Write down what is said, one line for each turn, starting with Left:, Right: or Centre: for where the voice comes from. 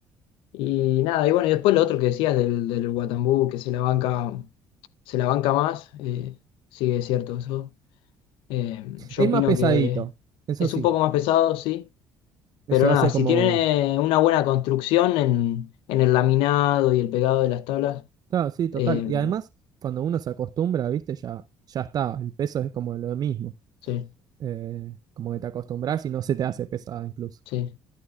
Left: Y nada, y bueno, y después lo otro que decías del, del Guatambú, que se la banca, se la banca más, eh, sí, es cierto eso. Eh, yo
Right: Es
Left: opino
Right: más pesadito,
Left: que
Right: eso
Left: es
Right: sí.
Left: un poco más pesado, sí,
Right: Eso
Left: Pero nada,
Right: hace como.
Left: si tiene una buena construcción en, en el laminado y el pegado de las tablas,
Right: Claro, sí, total.
Left: eh,
Right: Y además, cuando uno se acostumbra, viste, ya, ya está. El peso es como lo mismo.
Left: sí,
Right: Eh, como que te acostumbras y no se te hace pesada incluso.
Left: sí,